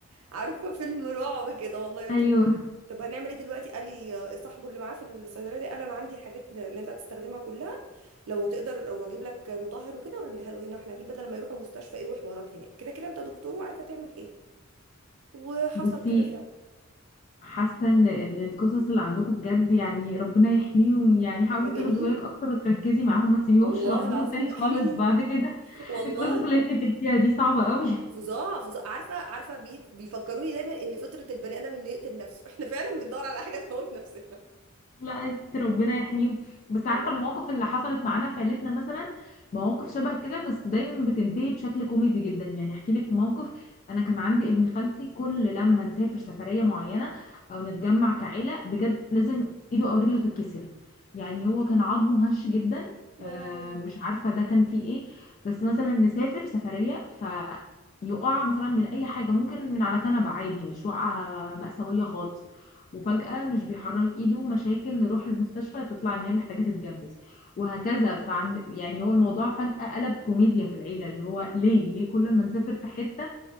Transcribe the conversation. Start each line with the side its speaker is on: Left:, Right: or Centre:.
Right: عارفه فيلم رعب كده والله قلت
Left: ايوه
Right: له طب طب هنعمل ايه دلوقتي قال لي آه، صاحبه اللي معاه في الصيدليه دي قال انا عندي الحاجات اللي انت هتستخدمها كلها لو تقدر واجيب لك مطهر وكده واعملها له هنا احنا دي بدل ما يروحوا مستشفى ايه وحوارات هناك كده كده انت دكتور وعارفه تعمل ايه وحصل
Left: بصي
Right: كده فعلا
Left: حاسه ان ال- القصص اللي عندكم بجد يعني ربنا يحميهم يعني حاولي
Right: مجانين
Left: تاخدي بالك اكتر وتركزي معاهم ما تسيبيهمش
Right: والله
Left: لوحديهم
Right: العظيم
Left: تاني
Right: مجانين
Left: خالص بعد كده <laughs>
Right: <laughs> والله
Left: القصص اللي انت بتحكيها دي صعبه قوي
Right: فظاع فظاع عارفه عارفه بي... بيفكروني دايما ان فطره البني ادم انه يقتل نفسه احنا فعلا بندور على حاجه تموت نفسنا
Left: لا است- ربنا يحميهم بس
Right: والله
Left: عارفه المواقف اللي حصلت معانا في عيلتنا مثلا مواقف شبه كده بس دايما بتنتهي بشكل كوميدي جدا يعني احكي لك موقف انا كان عندي ابن خالتي كل لما نسافر سفريه معينه او نتجمع كعيله بجد لازم ايده او رجله تتكسر يعني هو كان عظمه هش جدا
Right: يا
Left: آه،
Right: لهوي
Left: مش عارفه ده كان فيه ايه بس مثلا نسافر سفريه فيقع مثلا من اي حاجه ممكن من على كنبه عادي مش واقعه مأساويه خالص وفجأة
Right: اه
Left: مش بيحرك ايده مشاكل نروح المستشفى تطلع ان هي محتاجة تتجبس وهكذا فعند يعني هو الموضوع فجأة قلب كوميديا في العيلة اللي هو ليه ليه كل ما نسافر في حتة